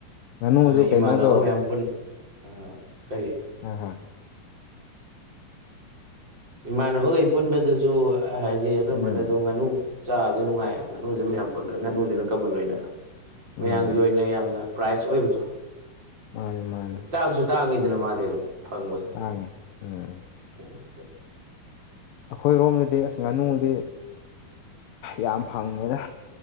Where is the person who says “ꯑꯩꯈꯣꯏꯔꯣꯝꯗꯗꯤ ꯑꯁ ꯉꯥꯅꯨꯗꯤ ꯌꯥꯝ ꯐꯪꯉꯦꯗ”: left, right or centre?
Left